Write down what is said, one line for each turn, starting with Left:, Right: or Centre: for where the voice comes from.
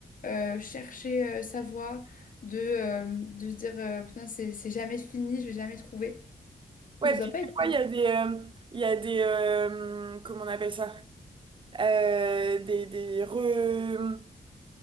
Left: euh, chercher euh, sa voie, de, euh, de se dire euh, putain c'est c'est jamais fini, je vais jamais trouver.
Right: Ouais,
Left: Donc, Ça
Right: puis
Left: va pas être
Right: des fois,
Left: simple.
Right: il y a des, euh, il y a des euh, comment on appelle ça? Euh, des, des re...